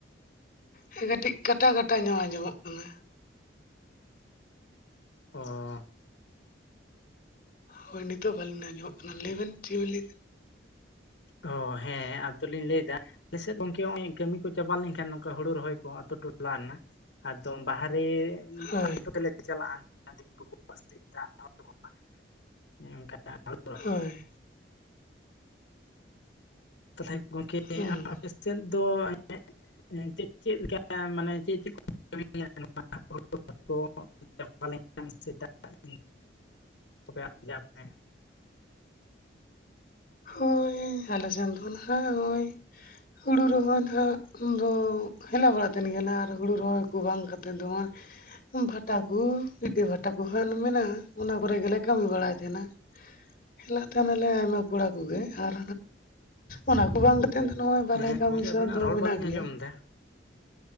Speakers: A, on the left; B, on the left.
A: ᱦᱮᱸ ᱠᱟᱹᱴᱤᱡ ᱠᱟᱴᱟ ᱠᱟᱴᱟ ᱧᱚᱜ ᱟᱸᱡᱚᱢᱚᱜ ᱠᱟᱱᱟ᱾
B: ᱚᱻ
A: ᱦᱳᱭ ᱱᱤᱛᱚᱜ ᱵᱷᱟᱹᱞᱤᱱᱚᱜ ᱟᱸᱡᱚᱢᱚᱜ ᱠᱟᱱᱟ ᱞᱟᱹᱭᱵᱤᱱ ᱪᱮᱫᱵᱤᱱ ᱞᱟᱹᱭᱮᱼᱼ
B: ᱚ ᱦᱮᱸ ᱟᱫᱚᱞᱤᱧ ᱞᱟᱹᱭ ᱮᱫᱟ᱾ ᱫᱮᱥᱮ ᱜᱚᱝᱼᱠᱮ ᱱᱚᱜ ᱚᱭ ᱠᱟᱹᱢᱤ ᱠᱚ ᱪᱟᱵᱟᱣ ᱞᱮᱱᱠᱷᱟᱱ ᱱᱚᱝᱠᱟ ᱦᱩᱲᱩ ᱨᱚᱦᱚᱭ ᱠᱚ ᱟᱛᱳ ᱴᱚᱞᱟ ᱨᱮᱱᱟᱜ᱾ ᱟᱛᱚᱢ ᱵᱟᱦᱨᱮ-ᱟ
A: ᱦᱳᱭ
B: ᱟᱹᱛᱩ ᱛᱮᱞᱮ ᱪᱟᱞᱟᱜᱼᱟ᱾ <unintelligible>
A: ᱦᱳᱭ
B: ᱛᱟᱦᱚᱞᱮ ᱜᱚᱝᱠᱮ
A: ᱦᱮᱸ
B: ᱟᱯᱮ ᱥᱮᱫ ᱫᱚ ᱦᱮᱸ <unintelligible> ᱮᱱᱛᱮᱫ ᱪᱮᱫᱞᱮᱠᱟ ᱢᱟᱱᱮ ᱪᱮᱫ ᱪᱮᱫ ᱠᱚ <unintelligible> ᱪ ᱞᱮᱱᱠᱷᱟᱱ ᱥᱮᱛᱟᱜᱮ ᱟᱨᱡᱟ <unintelligible>
A: ᱦᱚᱭ ᱟᱞᱮ ᱥᱮᱱ ᱠᱷᱚᱱ ᱦᱜ ᱦᱳᱭᱼᱼ ᱦᱩᱲᱩ ᱨᱚᱦᱚᱭ ᱫᱚᱜ ᱫᱚ ᱦᱮᱞᱟ ᱵᱟᱲᱟᱜ ᱛᱟᱦᱮᱱ ᱜᱮᱭᱟ ᱟᱨ ᱦᱩᱲᱩ ᱨᱚᱦᱚᱭ ᱠᱚ ᱵᱟᱝᱼᱼ ᱛᱟ ᱫᱚᱶᱟᱠᱼᱼ ᱵᱷᱟᱴᱟ ᱠᱚ ᱤᱴᱟᱹ ᱵᱷᱟᱴᱟ ᱠᱚ ᱦᱟᱱ ᱢᱮᱱᱟᱜᱼᱟ ᱚᱱᱟ ᱠᱚᱨᱮ ᱜᱮᱞᱮ ᱠᱟᱹᱢᱤ ᱵᱟᱲᱟᱭᱮᱫ ᱛᱟᱦᱮᱱᱟ᱾ ᱦᱮᱞᱟᱜ ᱛᱟᱦᱮᱱᱟᱞᱮ ᱟᱭᱢᱟ ᱠᱚᱲᱟ ᱠᱚᱜᱮ ᱟᱨ ᱚᱱᱟ ᱠᱚ ᱵᱟᱝᱼᱼ ᱛᱮᱱ ᱫᱚ ᱱᱚᱜᱼᱚᱭ ᱵᱟᱨᱦᱮ
B: ᱦᱮᱸ
A: ᱠᱟᱹ
B: ᱜᱚᱝᱠᱮ
A: ᱢᱤᱥᱚᱱ
B: ᱟᱵᱮᱱᱟᱜ
A: ᱫᱚ
B: ᱨᱚᱲ
A: ᱢᱮᱱᱟᱜ
B: ᱵᱟᱹᱞᱤᱧ
A: ᱜᱮᱭᱟ᱾
B: ᱟᱸᱡᱚᱢ ᱮᱫᱟ